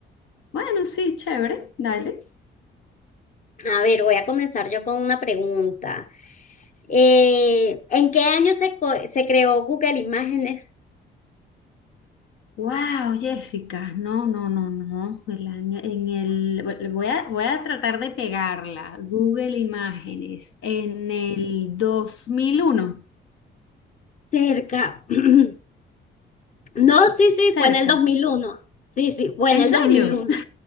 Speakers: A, on the left (about 80°); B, on the left (about 40°).
A: Bueno, sí, chévere, dale.
B: A ver, voy a comenzar yo con una pregunta. Eh, ¿en qué año se, co- se creó Google Imágenes?
A: Wow, Jessica, no, no, no, no. El año, en el, voy a, voy a tratar de pegarla. Google Imágenes, en el 2001,
B: Cerca. <clears throat> No, sí, sí,
A: cerca.
B: fue en el dos mil uno Sí, sí, fue
A: ¿En
B: en el
A: serio?
B: dos mil uno